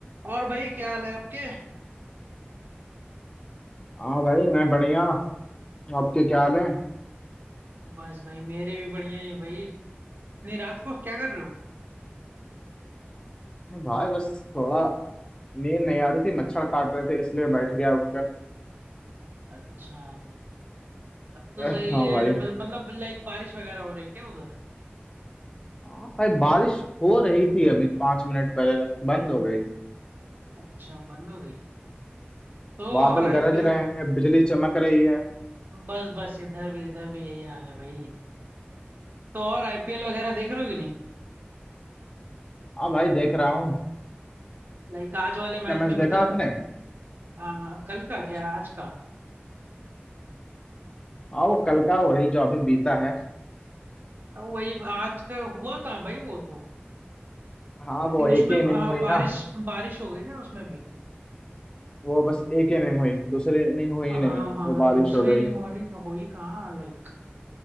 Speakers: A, on the right (about 55°); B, on the left (about 25°).
A: और भाई क्या हाल है आपके
B: हाँ भाई मैं बढ़िया आपके क्या हाल है
A: बस भाई मेरे भी बढ़िया ही भाई इतनी रात को क्या कर रहे हो
B: मैं भाई बस थोड़ा नींद नहीं आ रही थी मच्छर काट रहे थे इसलिए बैठ गया उठकर
A: अच्छा तब तो
B: <laughs>
A: सही
B: हाँ
A: है
B: भाई
A: बस- मतलब लाइक बारिश वगैरह हो रही है क्या उधर
B: हाँ भाई बारिश हो रही थी अभी पांच मिनट पहले तक बंद हो गई
A: अच्छा बंद हो गई तो
B: बादल
A: और आईपीएल
B: गरज रहे हैं बिजली चमक रही है
A: बस बस इधर भी इधर भी यही हाल है भाई तो और आईपीएल वगैरह देख रहे हो कि नहीं
B: हाँ भाई देख रहा हूँ
A: लाइक आज वाले
B: क्या
A: मैच
B: मैच
A: में भी
B: देखा
A: तो
B: आपने
A: आ, कल का
B: आज
A: क्या आज का
B: हाँ वो कल का वही जो अभी बीता है
A: अब वही आज का हुआ कहाँ भाई वो तो
B: हाँ
A: आई
B: वो
A: थिंक
B: एक
A: उसमें
B: ही
A: आ,
B: इनिंग हुई
A: बारिश
B: ना
A: बारिश हो गई ना उसमें भी
B: वो बस एक ही इनिंग हुई दूसरी इनिंग हुई
A: हाँ
B: नहीं वो
A: हाँ
B: बारिश
A: दूसरे
B: हो गई
A: इनिंग होनी हो ही कहाँ लाइक